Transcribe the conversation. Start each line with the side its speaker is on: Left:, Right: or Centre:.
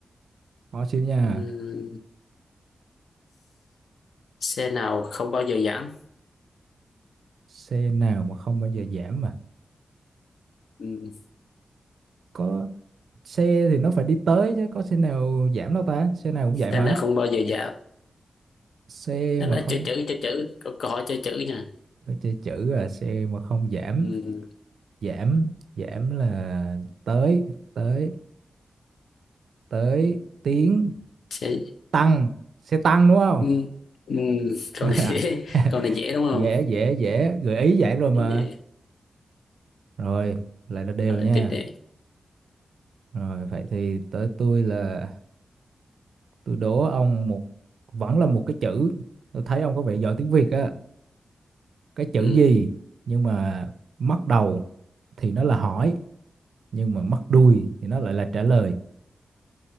Right: khó xíu nha
Left: Ừ. xe nào không bao giờ giảm
Right: xe nào mà không bao giờ giảm mà
Left: ừ.
Right: có xe thì nó phải đi tới chứ có xe nào giảm đâu ta xe nào cũng
Left: xe
Right: vậy mà
Left: nào không bao giờ giảm
Right: xe
Left: nó
Right: mà
Left: nói
Right: không
Left: chơi chữ chơi chữ câu, câu hỏi chơi chữ nha
Right: tôi chơi chữ à xe mà không giảm
Left: ừ.
Right: giảm giảm là tới tới tới tiếng
Left: Xe...
Right: tăng xe tăng đúng không
Left: Ừ. Ừ.
Right: <laughs>
Left: câu này dễ câu này dễ đúng không
Right: dễ dễ dễ gợi ý vậy rồi mà
Left: dễ
Right: rồi lại là đều
Left: rồi
Right: nha
Left: tiếp đi
Right: rồi vậy thì tới tôi là tôi đố ông một vẫn là một cái chữ tôi thấy ông có vẻ giỏi tiếng Việt á cái chữ
Left: ừ.
Right: gì nhưng mà mất đầu thì nó là hỏi nhưng mà mất đuôi thì nó lại là trả lời